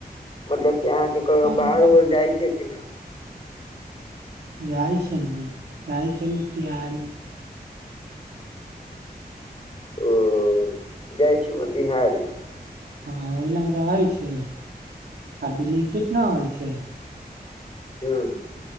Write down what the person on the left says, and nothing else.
मतलब की अहाँके कहियो
बाहर
उहर जाइ छैय कि नहि।
ओ जाइ छी मोतिहारी।
हूं।